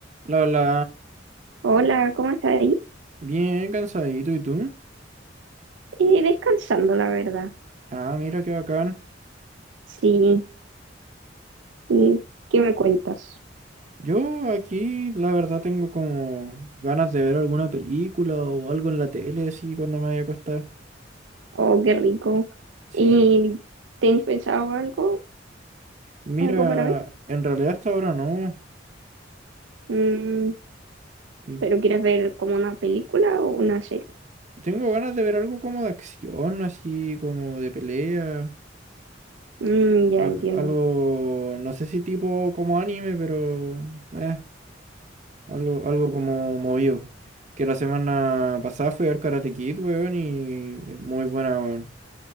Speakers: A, on the right; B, on the right.
A: La, la,
B: Hola, ¿cómo estás ahí?
A: bien cansadito, ¿y tú?
B: Eh, descansando, la verdad.
A: Ah, mira qué bacán.
B: Sí, ¿y qué me cuentas?
A: Yo aquí, la verdad, tengo como ganas de ver alguna película o algo en la tele, así, cuando me vaya a acostar.
B: Oh, qué rico.
A: Sí.
B: ¿Y tenéis pensado algo,
A: Mira,
B: algo para ver?
A: en realidad hasta ahora no.
B: Mm,
A: Y
B: ¿pero quieres ver como una película o una serie?
A: tengo ganas de ver algo como de acción, así, como de pelea.
B: Mm, ya
A: al-
B: entiendo.
A: algo, no sé si tipo como anime, pero... Eh, algo, algo como movido. Que la semana pasada fui a ver Karate Kid, weón, y eh, muy buena, weón.